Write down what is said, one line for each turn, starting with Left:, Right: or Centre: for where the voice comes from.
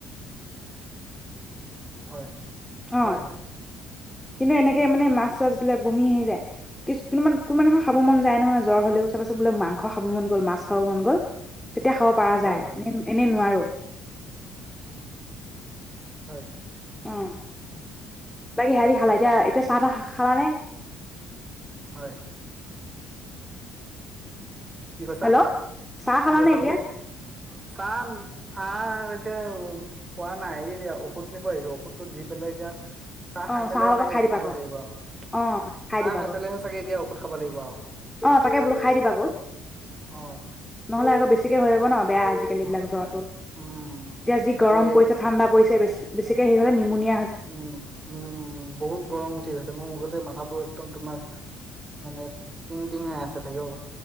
Right: হয়
Centre: অ
Right: হয় হয়
Centre: কিন্তু এনেকে মানে মাছ চাছ বিলাক বমি আহি যায় কি কোনো কোনোমান নহয় খাব মন যায় নহয় জ্বৰ হলেও চাবা বোলে মাংস খাব মন গল মাছ খাব মন গল তেতিয়া খাব পৰা
Right: হয়
Centre: যায়
Right: হয়
Centre: এনে এনেই নোৱাৰো
Right: হয়
Centre: উম বাকী হেৰি খালা এতিয়া এতিয়া চাহ তাহ খালা নে
Right: হয় কি কৈছা
Centre: হেল্ল' চাহ খালানে
Right: কি কৈছা
Centre: এতিয়া
Right: বোলে চাহ চাহ এতিয়া উ পোৱা নাই এই ঔষধ নিব আহিছো ঔষধটো দি পেলাই এতিয়া চাহ
Centre: অ
Right: খাই পেলাইহে
Centre: চাহৰ লগত
Right: চাগে
Centre: খাই
Right: উঠ
Centre: দিবা
Right: খাব
Centre: আকৌ
Right: লাগিব আৰু
Centre: অ
Right: চাহ
Centre: দিবা
Right: খাই
Centre: আকৌ
Right: পেহে চাগে এতিয়া ঔষধ খাব লাগিব আৰু
Centre: অ তাকে বোলো খাই দিবা আকৌ
Right: অ
Centre: নহলে আকৌ বেছি হৈ যাব ন বেয়া আজিকালি
Right: হ-
Centre: এইবিলাক জ্বৰটো
Right: উম
Centre: এতিয়া যি
Right: তাকে
Centre: গৰম পৰিছে ঠাণ্ডা পৰিছে বেছি বেছিকে হেৰি হলে নিমনীয়া
Right: উম উম উম বহুত গৰম উঠি আছে মুখতে মাথাাটো একদম তোমাৰ মানে টিঙ টিঙাই আছে থাকেও